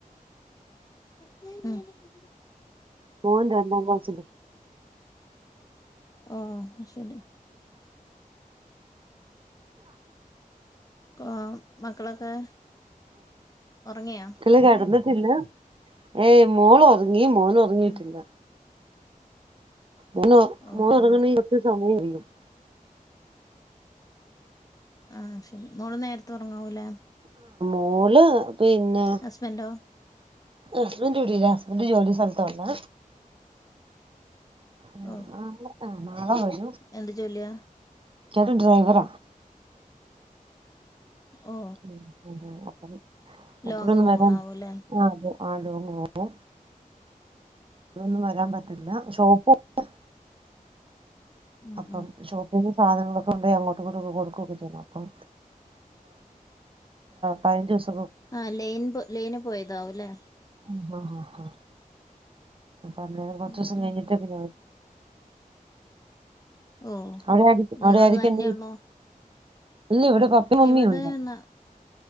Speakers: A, on the left; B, on the right.
A: <inaudible>
B: ഓന് ര രണ്ടാംക്ലാസിലാണ്
A: അ ശരി ആ മക്കളൊക്കെ ഉറങ്ങിയാ
B: മക്കള് കെടന്നിട്ടില്ല ഏയ് മോള ഒതുങ്ങി മോന ഒതുങ്ങിയിട്ടില്ല
A: ഉം
B: മന്ന്ോ
A: ഓ
B: മന്ന്ോരങ്ങണ
A: ഓ
B: കുച്ച് സമയം അും
A: ആഹ ശരി മോള് നേരത്ത ഉറങ്ങാവൂലേ
B: മല് പിന്നെ
A: ഹസ്ബൻഡോ
B: അസ്ബൻഡ്ൂട്ടില്ല ഹസ്ബന്ഡറ് ജോലി സ്ഥലത്തന്ന ആ
A: ഓ
B: ആ ആ <unintelligible>
A: എന്ത് ചോല്ലിയാ
B: കേത് ഡ്രൈവറ
A: ഓ
B: അ
A: ലോങ്
B: എപ്പഴൊന്നും
A: പോവണാവൂല്ലേ
B: വരാം ആ അതെ ആടങ്ങ് പോകും അതൊന്നും വരാൻ പറ്റില്ല ഷോപ്പും ആ
A: ഉം
B: അപ്പം
A: ഉം
B: ഷോപ്പിങ്ന്റെ സാധനങ്ങളൊക്കെ അങ്ങോട്ടട്ട കൊടുക്കൊക്കെ ചെയ്യ അപ്പ പതിനഞ്ച് ദിവസം
A: ആ ലൈന് ലൈന് പോയതാവും അല്ലേ
B: ആ ആാ അപ്പൊ അന്നര കുറച്ച
A: ഉം
B: ദിവസം
A: ഉം
B: കഴിഞ്ഞിട്ടേ പിന്നെ
A: ഓ
B: അവിടെ ആരിക്ക
A: നിങ്ങള്
B: അവിടെ ആയിരിക്കണ്ട
A: തന്നെയുള്ളോ
B: ഇല്ല ഇവിടെ പപ്പുമമ്മിയണ്ട്
A: ഇവിടെ ന